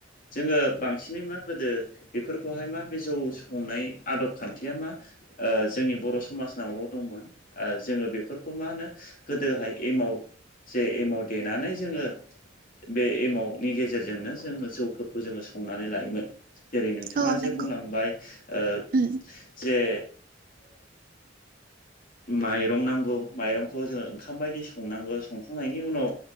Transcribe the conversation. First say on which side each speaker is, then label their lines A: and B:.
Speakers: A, on the left; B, on the right.
A: जोङो बांसिनै मा गोदो बेफोरखौहाय मा बे जौ संनाय आदब खान्थिया मा जोंनि बर' समाजनावल' दंमोन जोंङो बेफोरखौ मा होनो गोदोहाय एमाव जे एमाव देनानै जोंङो बे एमावटनि गेजेरजोंनो जोंङो जौफोरखौ जोंङो संनानै लायोमोन। जेरै नोंथाङा
B: औ नंगौ
A: जे बुंलांबाय ओ
B: उम
A: जे माइरं नांगौ माइरंखौ जोंङो ओंखाम बायदि संनांगौ संखांनायनि उनाव